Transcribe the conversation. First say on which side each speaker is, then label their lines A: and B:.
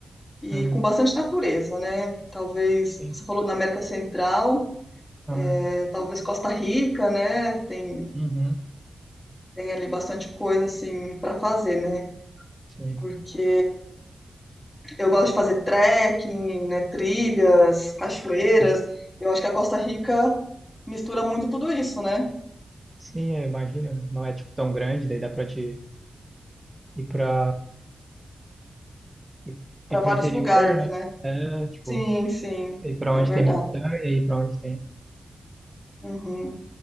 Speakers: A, on the left; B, on the right.
A: e
B: Uhum,
A: com bastante natureza, né? Talvez,
B: sim.
A: você falou na América Central,
B: Aham.
A: eh, talvez Costa Rica, né? Tem
B: Uhum,
A: tem ali bastante coisa assim para fazer, né?
B: sim.
A: Porque Eu gosto de fazer trekking, né, trilhas, cachoeiras.
B: Uhum.
A: Eu acho que a Costa Rica mistura muito tudo isso, né?
B: Sim, eu imagino, né? Não é, tipo, tão grande, daí dá pra te ir pra... ir,
A: Para
B: ir
A: vários
B: pro interior,
A: lugares,
B: né?
A: né?
B: É, tipo...
A: Sim, sim,
B: E pra
A: é
B: onde
A: verdade.
B: tem montanha e pra onde tem.
A: Uhum.